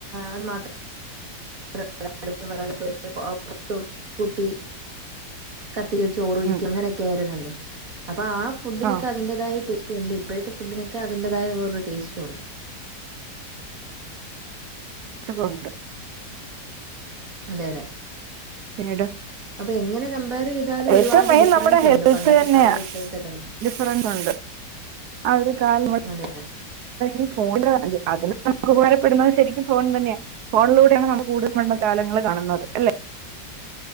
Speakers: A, on the right; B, on the right.
A: അത് മാത്ര <unintelligible> കൂട്ടി കത്തി ചോറ് ഒഴിക്കും
B: ഉം
A: അങ്ങനെയൊക്കെ ആരുന്നല്ലോ? അപ്പൊ ആ ഫുഡിനൊക്കെ
B: ആ
A: അതിന്റേതായ ടേസ്റ്റ് ഉണ്ട്, ഇപ്പോഴത്തെ ഫുഡിനൊക്കെ അതിന്റതായ വേറൊരുടസ്റ്റും ഉണ്ട്.
B: <unintelligible> ഖുണ്ട്
A: അതെ, അതെ
B: പിന്നീട്
A: അപ്പൊ എങ്ങനെ കമ്പയർ ചെയ്താലും
B: ഏറ്റവും
A: ഒരുപാട്
B: മെയിൻ
A: ഡിഫറൻസ്
B: നമ്മുടെ ഹെൽത്ത്
A: ഉണ്ട് പണ്ടത്തെ
B: തന്നെയാ.
A: കാലവും ഇപ്പോഴത്തെ കാലവും
B: ഡിഫറൻസ് ഒണ്ട്. <unintelligible>
A: അതേ, അതെ
B: ഈ, ഫോണില് അതിന് നമുക്ക്‌ ഉപകാരപ്പെടുന്നത് ശെരിക്കും ഫോൺ തന്നെയാ... ഫോണിലൂടെയാണ് നമ്മള് കൂടലും പണ്ടത്ത കാലങ്ങൾ കാണുന്നത്. അല്ലെ?